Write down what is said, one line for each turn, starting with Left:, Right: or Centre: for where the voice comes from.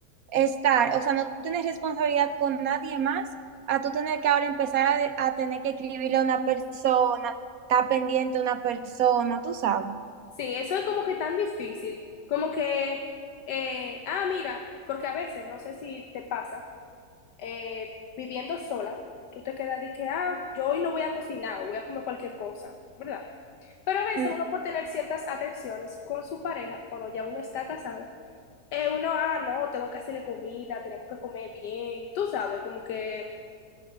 Right: estar, o sea, no tener responsabilidad con nadie más, a tú tener que ahora empezar a, de- a tener que escribirle a una persona, estar pendiente a una persona, tú sabes.
Left: Sí, eso es como que tan difícil, como que, eh, ah, mira, porque a veces, no sé si te pasa. eh, viviendo sola, tú te quedas de que, ah, yo hoy no voy a cocinar o voy a comer cualquier cosa, ¿verdad? Pero a veces
Right: Mm.
Left: uno por tener ciertas atenciones con su pareja, cuando ya uno está casado, eh, uno, ah, no, tengo que hacerle comida, tenemos que comer bien, tú sabes, como que,